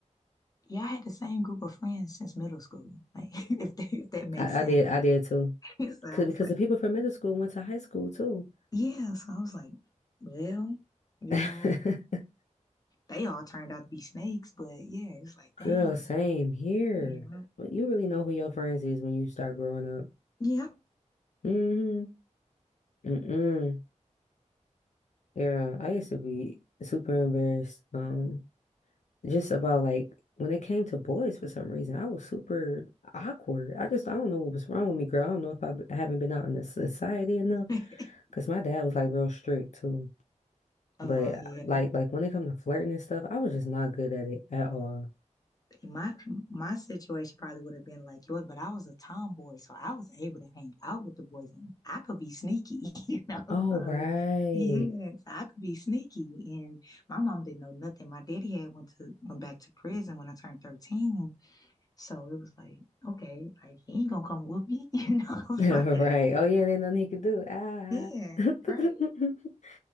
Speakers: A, on the left (about 30°); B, on the left (about 65°).
A: yeah, I had the same group of friends since middle school. Like, <laughs> if that, if that makes
B: I,
A: sense.
B: I did, I
A: <laughs>
B: did too.
A: So I
B: Cause because
A: was like,
B: the people from middle school went to high school too.
A: yeah. So I was like, well, you
B: <laughs>
A: know, they all turned out to be snakes, but yeah, it's like,
B: Girl,
A: dang,
B: same here.
A: you know?
B: But you really know who your friends is when you start growing up.
A: Yeah.
B: Mm-hmm. Mm-mm. Yeah, I used to be super embarrassed. Um, just about like when it came to boys for some reason, I was super awkward. I just I don't know what was wrong with me, girl. I don't know if I, b- I haven't been out in the society enough
A: <laughs>
B: because my dad was like real strict too.
A: Oh,
B: But
A: yeah.
B: like like when it come to flirting and stuff, I was just not good at it at all.
A: See, my my situation probably would have been like yours, but I was a tomboy, so I was able to hang out with the boys, and I could be sneaky, <laughs> you know.
B: Oh
A: So
B: right,
A: yeah, so I could be sneaky, and my mom didn't know nothing. My daddy had went to went back to prison when I turned thirteen, so it was like okay, like he ain't gonna come with me, <laughs> you know.
B: <laughs> right.
A: <laughs> like,
B: Oh yeah, ain't nothing he could do. Ah.
A: yeah,
B: <laughs> I
A: right.